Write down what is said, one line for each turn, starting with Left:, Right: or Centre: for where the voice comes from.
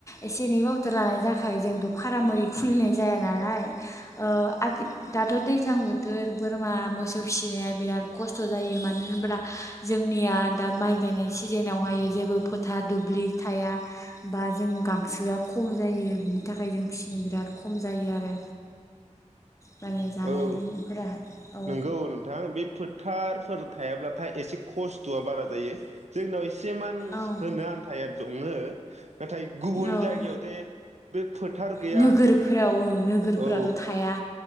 Left: एसे एनै बावदार लानाय जाखायो जोंथ' फारा रै खुलिनाय जाया नालाय। ओ आ दि दा थ' दैज्लां बोथोर बोरमा मोसौ फिसिनाया बिराद खस्थ' जायो मानो होन ब्ला जोंनिया दा माइ गायनाय सिजोनावहायो जेबो फोथार दुब्लि थाया बा जों गांसोआ खम जायो बिनि थाखाय जों फिसिनो बिराद खम जायो आरो। माने जानाय
Right: औ
Left: लोंनायफोरा औ
Right: नोंगौ नोंथां बे फोथारफोर थायाब्लाथाय एसे खस्थ' बारा जायो जोंनाव ए सेमान
Left: औ
Right: होनो आन्थाया दंङो। नाथाय गुबुन
Left: औ
Right: जायगायावथे बे फोथार गैया
Left: नोगोरफोराव ओं नोगोरफोरावथ'
Right: औ।
Left: थाया